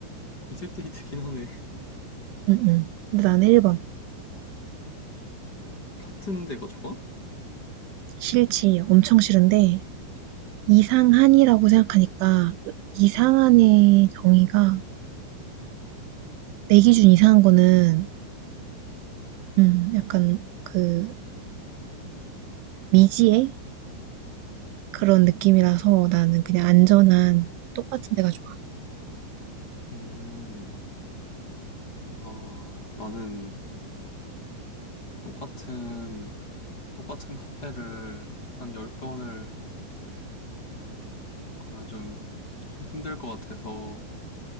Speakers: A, on the left; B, on the right.
A: 이색 데이트긴 하네.
B: 응, 응. 근데 나는 1번.
A: <laughs> 같은 데가 좋아?
B: 싫지. 엄청 싫은데 이상한이라고 생각하니까 그 이상한의 정의가 내 기준 이상한 거는 음, 약간 그 미지의 그런 느낌이라서 나는 그냥 안전한 똑같은 데가 좋아.
A: 음, 아, 나는 똑같은 똑같은 카페를 한 10번을 가면 좀 힘들 것 같아서